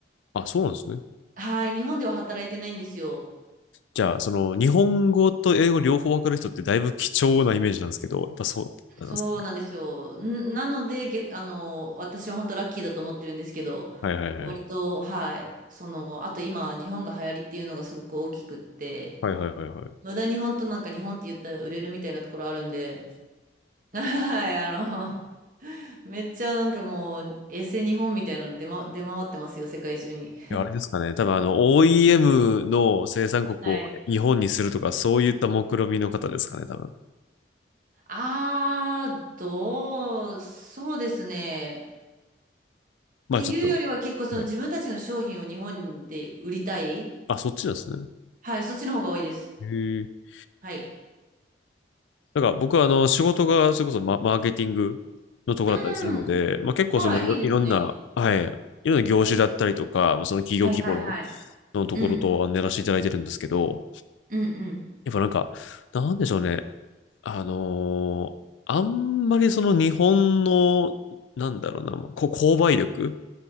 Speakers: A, on the left; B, on the right.
A: あ、そうなんですね。
B: はい、日本では働いてないんですよ。
A: じゃあ、その、日本語と英語両方わかる人ってだいぶ貴重なイメージなんですけど、やっぱそうなんですかね。
B: そうなんですよ。んなので、逆、あの、私は本当ラッキーだと思ってるんですけど、
A: はいはいはい。
B: 割と、はい、その、あと今、日本が流行りっていうのがすごく大きくって、
A: はいはいはいはい。
B: 無駄に本当なんか日本って言ったら売れるみたいなところあるんで、はい、あの、めっちゃなんかもう、エセ日本みたいなの出ま、出回ってますよ、世界中に。
A: いや、あれですかね。多分あの、OEM の生産国を日本にするとか、
B: はい。
A: そういった目論見みの方ですかね、多分。
B: あー、どう、そうですね。
A: まあちょっと。
B: ていうよりは結構その自分たちの商品を日本で売りたい。
A: はい。あ、そっちなんですね。
B: はい、そっちの方が多いです。
A: へえ。
B: はい。
A: なんか僕はあの仕事がそれこそマ、マーケティングのところだったりするので、
B: うん。
A: まあ、結構そのいろ、
B: はい、いいですね。
A: いろんな、はい、いろんな業種だったりとか、まあその企業規模の、
B: はいはいはい。
A: のところとあのやらせていただいてるんですけど、
B: うん。うんうん。
A: やっぱなんか、なんでしょうね。あのーあんまりその日本の、なんだろうな、まあこ購買力